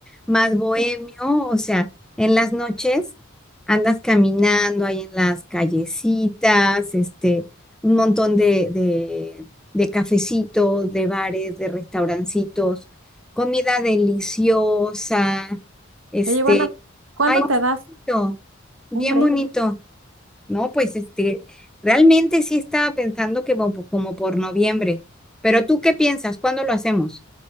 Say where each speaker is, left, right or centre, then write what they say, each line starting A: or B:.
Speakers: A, in the centre; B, on the right.
A: más bohemio, o sea, en las noches andas caminando ahí en las callecitas, este, un montón de, de, de cafecitos, de bares, de restaurancitos, comida deliciosa, este,
B: Oye, bueno, ¿cuándo
A: ay,
B: te das
A: bonito, bien
B: un break?
A: bonito. No, pues este, realmente sí estaba pensando que como, como por noviembre. Pero tú qué piensas? ¿Cuándo lo hacemos?